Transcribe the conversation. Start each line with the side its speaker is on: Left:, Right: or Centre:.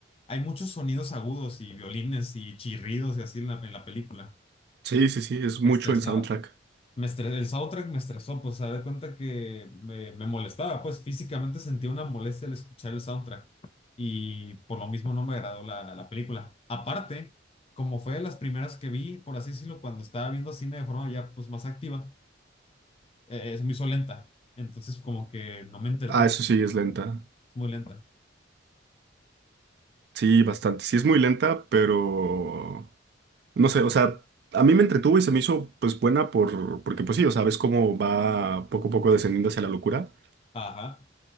Left: hay muchos sonidos agudos y violines y chirridos y así en la, en la película.
Right: Sí, sí, sí, es mucho
Left: Me estresaba.
Right: el soundtrack.
Left: Me estre- el soundtrack me estresó, pues se da cuenta que me, me molestaba, pues físicamente sentía una molestia al escuchar el soundtrack y por lo mismo no me agradó la, la película. Aparte, como fue de las primeras que vi, por así decirlo, cuando estaba viendo cine de forma ya pues más activa, eh, eh, se me hizo lenta, entonces como que no me entretuvo,
Right: Ah, eso sí, es lenta.
Left: es muy lenta.
Right: Sí, bastante. Sí, es muy lenta, pero... No sé, o sea, a mí me entretuvo y se me hizo pues buena por, porque pues sí, o sea, ves cómo va poco a poco descendiendo hacia la locura,
Left: Ajá,